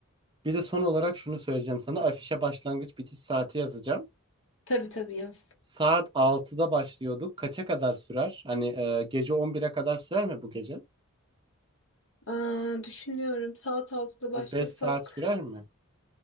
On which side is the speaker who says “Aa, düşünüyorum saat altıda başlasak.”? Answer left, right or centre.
Left